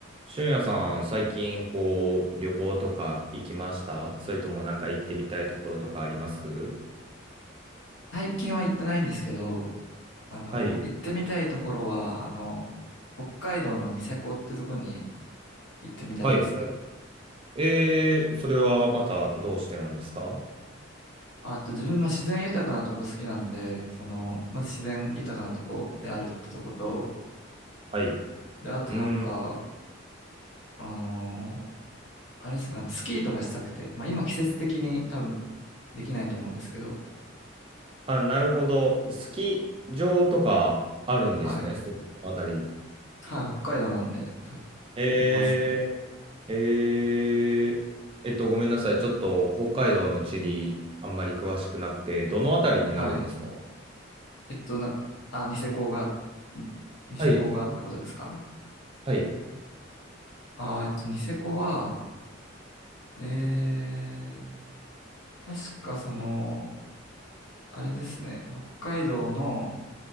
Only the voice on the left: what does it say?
最近は行ってないんですけど、あの、
行ってみたいところは、あの、北海道のニセコってとこに行ってみたいですね。
あと自分、まあ、自然豊かなとこ好きなんで、その、まず自然豊かなとこであるってとこと、
で、あとなんか、
あのーあれですね、なんかスキーとかしたくて、まあ今季節的に多分できないと思うんですけど、
はい。
はい、北海道なんで、た
ありますね。
はい。えっと、な、あ、ニセコが、んニセコがってことですか
あー、えっと、ニセコは、えー、確かその、あれですね、北海道の、